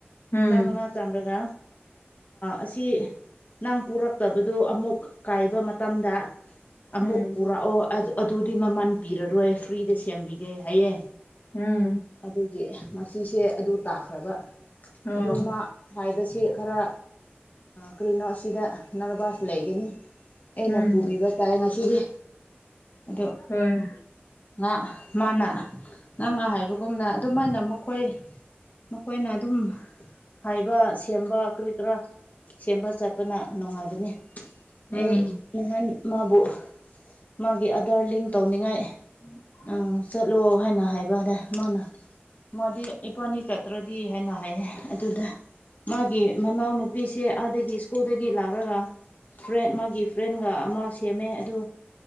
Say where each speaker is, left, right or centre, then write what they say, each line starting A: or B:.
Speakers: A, on the left; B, on the left.
A: ꯎꯝ
B: ꯆꯥꯃꯉꯥ ꯆꯥꯔꯒ ꯑꯁꯤ ꯅꯪ ꯄꯨꯔꯛꯇꯕꯗꯨ ꯑꯃꯨꯛ ꯀꯥꯏꯕ ꯃꯇꯝꯗ ꯑꯃꯨꯛ
A: ꯎꯝ
B: ꯄꯨꯔꯛꯑꯣ ꯑꯗꯨꯗꯤ ꯃꯃꯜ ꯄꯤꯔꯔꯣꯏ ꯐ꯭ꯔꯤꯗ ꯁꯦꯝꯕꯤꯒꯦ ꯍꯥꯏꯌꯦꯦ
A: ꯎꯝ
B: ꯑꯗꯨꯒꯤ ꯉꯁꯤꯁꯦ ꯑꯗꯨ ꯇꯥꯈ꯭ꯔꯕ
A: ꯑꯣ
B: ꯑꯗꯨ ꯃꯥ ꯍꯥꯏꯕꯁꯦ ꯈꯔ ꯀꯔꯤꯅꯣ ꯑꯁꯤꯗ ꯅꯔꯚꯁ ꯂꯩꯒꯅꯤ ꯑꯩꯅ
A: ꯎꯝ
B: ꯄꯨꯕꯤꯕ ꯇꯥꯏ ꯉꯁꯤꯗꯤ ꯑ
A: ꯍꯣꯏ
B: ꯉꯥ ꯃꯥꯅ ꯉ ꯉꯥ ꯍꯥꯏꯕꯒꯨꯝꯅ ꯑꯗꯨꯃꯥꯏꯅ ꯃꯈꯣꯏ ꯃꯈꯣꯏꯅ ꯑꯗꯨꯝ ꯍꯥꯏꯕ ꯁꯦꯝꯕ ꯈꯔ ꯁꯦꯝꯕ ꯆꯠꯄꯅ ꯅꯨꯡꯉꯥꯏꯕꯅꯤ
A: ꯎꯝ
B: ꯑꯩ ꯅꯍꯥꯟ ꯃꯥꯕꯨ ꯃꯥꯒꯤ ꯑꯥꯙꯔ ꯂꯤꯡ ꯇꯧꯅꯤꯡꯉꯥꯏ
A: <inaudible>
B: ꯑꯥ ꯆꯠꯂꯣ ꯍꯥꯏꯅ ꯍꯥꯏꯕ ꯑꯗꯦ ꯃꯥꯅ ꯃꯥꯗꯤ ꯏꯄꯥꯅꯤ ꯆꯠꯇ꯭ꯔꯗꯤ ꯍꯥꯏꯅ ꯍꯥꯏꯌꯦ ꯑꯗꯨꯗ ꯃꯥꯒꯤ ꯃꯅꯥꯎꯅꯨꯄꯤꯁꯦ ꯑꯥꯗꯒꯤ ꯁ꯭ꯀꯨꯜꯗꯒꯤ ꯂꯥꯛꯂꯒ
A: <inaudible>
B: ꯐ꯭ꯔꯦꯟ ꯃꯥꯒꯤ ꯐ꯭ꯔꯦꯟꯒ ꯑꯃ ꯁꯦꯝꯃꯦ ꯑꯗꯨ